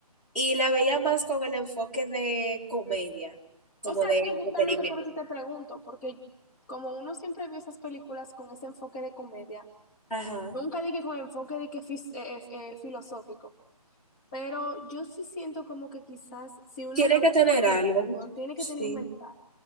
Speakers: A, in the centre; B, on the left (about 30°).
A: y la veía más con el enfoque de comedia, como
B: O sea,
A: de entretenimiento.
B: sí, justamente por eso te pregunto, porque como uno siempre vio esas películas con ese enfoque de comedia,
A: Ajá.
B: nunca dije con enfoque de que fis- eh, eh, eh, filosófico. Pero yo sí siento como que quizás si uno
A: Tiene
B: le pone
A: que tener algo.
B: todo, tiene
A: Sí.
B: que tener un mensaje.